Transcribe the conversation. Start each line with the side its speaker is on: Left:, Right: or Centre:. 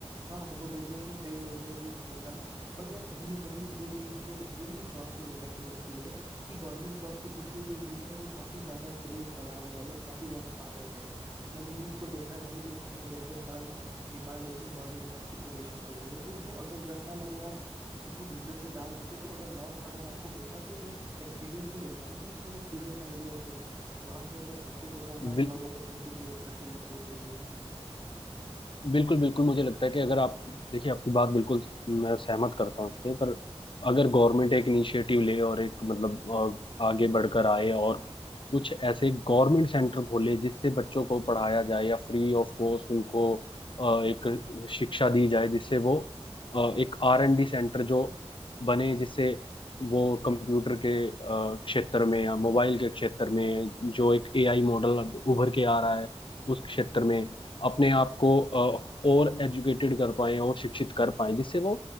Right: हाँ देखो बिजनेस में फेल होंगे रिस्क होगा बट यार कहीं ना कहीं जो चीज मुझे लगती है ना वो जॉब को लेकर के लगती है कि गवर्नमेंट जॉब के पीछे जो यूथ है वो काफी ज्यादा क्रेज बढ़ा हुआ है लोग काफी ज्यादा पागल है मैंने यूथ को देखा है भाई लोग अपना दस दस साल निकाल देते हैं गवर्नमेंट जॉब की प्रिपरेशन करने में तो वो अगर दस साल अगर आप किसी बिजनेस में डाल देते तो अगर लॉस अगर आपको होता तो एक एक्सपीरियंस तो मिलता ना कम से कम उस बिजनेस आइडिया से वहां से अगर सक्सेस होता तो आप
Left: है
Right: जॉब अपॉर्चुनिटी क्रिएट करते दूसरों के लिए
Left: बिल्कुल बिल्कुल मुझे लगता है कि अगर आप देखिए आपकी बात बिल्कुल मैं सहमत करता हूँ इससे पर अगर गवर्नमेंट एक इनिशिएटिव ले और एक मतलब अ, आगे बढ़कर आए और कुछ ऐसे गवर्नमेंट सेंटर खोले जिससे बच्चों को पढ़ाया जाए या फ्री ऑफ कॉस्ट उनको अ, एक शिक्षा दी जाए जिससे वो अ, एक आर एंड डी सेंटर जो बने जिससे वो कंप्यूटर के अ, क्षेत्र में या मोबाइल के क्षेत्र में जो एक एआई मॉडल उभर के आ रहा है उस क्षेत्र में अपने आप को अ, और एजुकेटेड कर पाए और शिक्षित कर पाए जिससे वो